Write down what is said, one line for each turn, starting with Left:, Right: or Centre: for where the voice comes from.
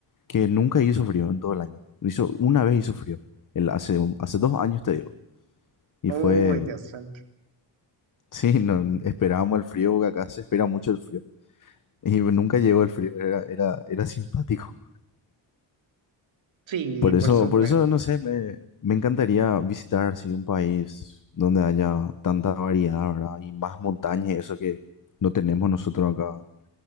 Left: que nunca hizo frío en todo el año. Hizo, una vez hizo frío. El, hace, hace dos años te digo. Y
Right: Oh,
Left: fue,
Right: ya santo.
Left: <laughs> sí, no, esperábamos el frío, porque acá se espera mucho el frío. Y nunca llegó el frío, era, era, era simpático.
Right: Sí,
Left: Por
Right: por
Left: eso,
Right: supuesto.
Left: por eso, no sé, me, me encantaría visitar, sí, un país donde haya tanta variedad, ¿verdad? Y más montañas, y eso que no tenemos nosotros acá,